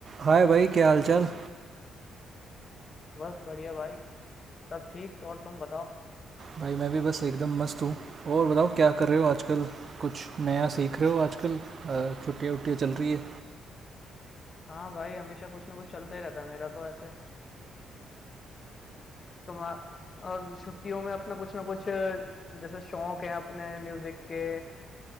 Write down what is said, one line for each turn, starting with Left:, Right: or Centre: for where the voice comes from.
Right: हाय भाई क्या हाल चाल
Left: बस बढ़िया भाई सब ठीक तो और तुम बताओ
Right: भाई मैं भी बस एकदम मस्त हूँ और बताओ क्या कर रहे हो आजकल कुछ नया सीख रहे हो आजकल अ, छुट्टियाँ वुट्टियाँ चल रही है
Left: हाँ भाई हमेशा कुछ ना कुछ चलता ही रहता है मेरा तो ऐसे तुम और छुट्टियों में अपना कुछ ना कुछ अ, जैसे शौक है अपने म्यूजिक के